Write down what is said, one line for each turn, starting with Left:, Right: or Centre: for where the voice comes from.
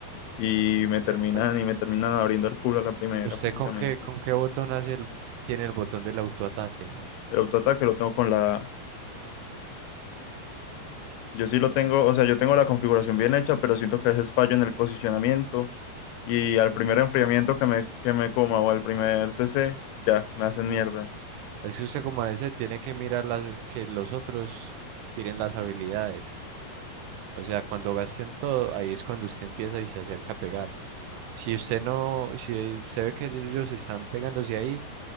Left: y
Right: Las
Left: me terminan
Right: teamfights.
Left: y me terminan abriendo el culo a la primera
Right: ¿Usted
Left: prácticamente.
Right: con qué, con qué botón hace el, tiene el botón del autoataque?
Left: El autoataque lo tengo con la... Yo sí lo tengo, o sea, yo tengo la configuración bien hecha, pero siento que a veces fallo en el posicionamiento. Y al primer enfriamiento que me, que me coma o al primer CC, ya, me hacen mierda.
Right: Es que usted como ese tiene que mirar las, que los otros tiren las habilidades. O sea, cuando gasten todo, ahí es cuando usted empieza y se acerca a pegar. Si usted no, si usted ve que ellos están pegándose ahí